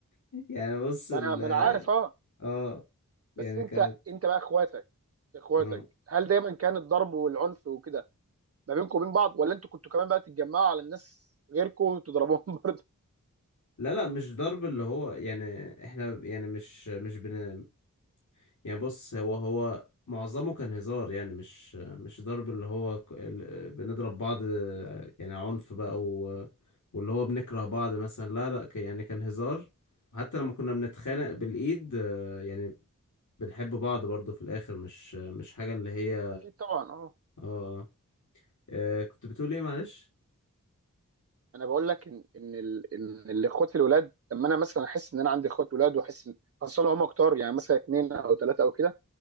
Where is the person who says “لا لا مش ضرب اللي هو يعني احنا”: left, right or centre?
Left